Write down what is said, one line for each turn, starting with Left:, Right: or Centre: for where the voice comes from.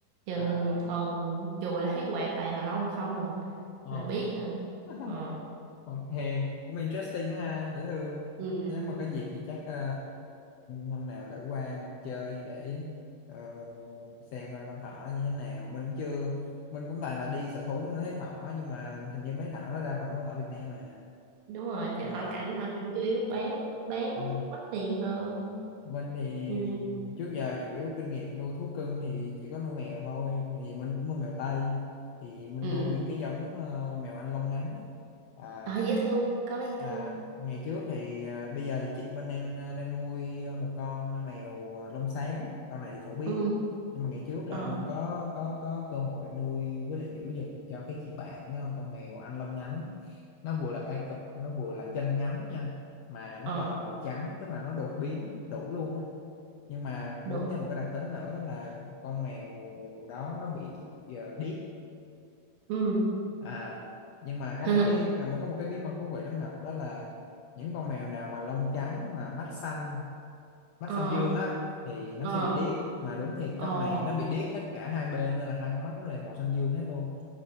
Right: chừng
Left: à
Right: một tuần chùi là thấy quạt toàn là lông không à
Left: ờ
Right: là biết à
Left: <laughs>
Right: Ờ.
Left: Ok, cũng interesting ha, dễ thương.
Right: ừ.
Left: Nếu mà có dịp thì chắc ờ, năm nào thử qua Ngọc chơi để ờ, xem coi con thỏ nó như thế nào. Mình chưa, mình cũng toàn là đi sở thú mình mới thấy thỏ nhưng mà hình như mấy thỏ nó đa phần là con thỏ Việt Nam mà.
Right: đúng rồi chứ
Left: À,
Right: họ cảnh họ cảnh chủ yếu bán bán
Left: ừ
Right: á, mắc tiền hơn
Left: mình thì
Right: ừ.
Left: trước giờ chủ yếu kinh nghiệm nuôi thú cưng thì chỉ có nuôi mèo thôi thì mình cũng nuôi mèo Tây thì mình
Right: ừ
Left: nuôi cái giống ờ, mèo Anh lông ngắn á. à
Right: ờ dễ thương con nó dễ
Left: à
Right: thương
Left: ngày trước thì ờ, bây giờ thì chị mình đang ờ, đang nuôi ờ, một con mèo lông xám con này thì phổ biến
Right: ừ
Left: lắm nhưng mà ngày trước là
Right: ờ
Left: mình có có có cơ hội nuôi với lại giữ giùm cho cái chị bạn đó, con mèo Anh lông ngắn nó vừa là tai cụp nó vừa là chân ngắn nha mà nó
Right: ờ
Left: còn là màu trắng tức là nó đột biến đủ luôn á nhưng mà
Right: được
Left: đúng thêm một cái đặc tính nữa là con mèo đó nó bị uh, điếc
Right: ừ
Left: à nhưng mà
Right: <laughs>
Left: có một cái có một cái bí mật thú vị lắm Ngọc đó là những con mèo nào mà lông trắng mà mắt xanh mắt
Right: ờ
Left: xanh dương á thì nó
Right: ờ
Left: sẽ bị điếc mà đúng thiệt
Right: ờ
Left: con này nó bị điếc hết cả hai bên nên là hai con mắt nó đều màu xanh dương hết luôn